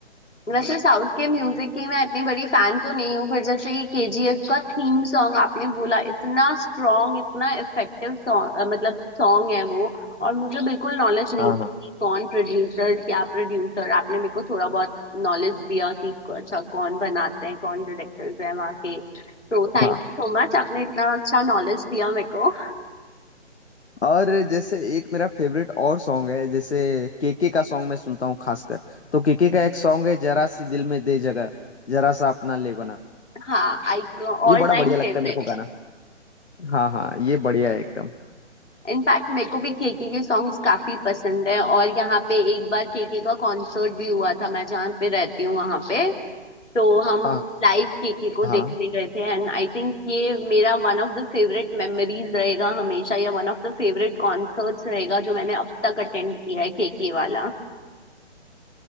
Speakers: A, on the left; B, on the left.
A: वैसे साउथ के म्यूजिक की मैं इतनी बड़ी फैन तो नहीं हूँ पर जैसे ये केजीएफ का थीम सॉन्ग आपने बोला इतना स्ट्रॉन्ग इतना इफेक्टिव सॉन्ग मतलब सॉन्ग है वो और मुझे बिल्कुल नॉलेज नहीं
B: हाँ
A: थी
B: हाँ
A: कि कौन प्रोड्यूसर क्या प्रोड्यूसर आपने मेरे को थोड़ा बहुत नॉलेज दिया कि क- अच्छा कौन बनाते हैं कौन डायरेक्टर्स हैं वहाँ के तो थैंक
B: हाँ
A: यू सो मच आपने इतना अच्छा नॉलेज दिया मेरे को
B: और जैसे एक मेरा फेवरेट और सॉन्ग है जैसे केके का सॉन्ग मैं सुनता हूँ खासकर तो केके का एक सॉन्ग है जरा सी दिल में दे जगह जरा सा अपना ले बना
A: हाँ I all
B: ये बड़ा
A: time
B: बढ़िया
A: favourite
B: लगता है मेरे को गाना हाँ हाँ ये बढ़िया है एकदम
A: In fact मेरे को भी केके के सॉन्ग्स काफी पसंद है और यहाँ पे एक बार केके का कॉन्सर्ट भी हुआ था मैं जहाँ पे रहती हूँ वहां पे तो हम
B: हाँ
A: लाइव केके को
B: हाँ
A: देखते गए थे एंड आई थिंक ये मेरा one of the favourite memories रहेगा हमेशा या one of the favourite concerts रहेगा जो मैंने अब तक अटेंड किया है केके वाला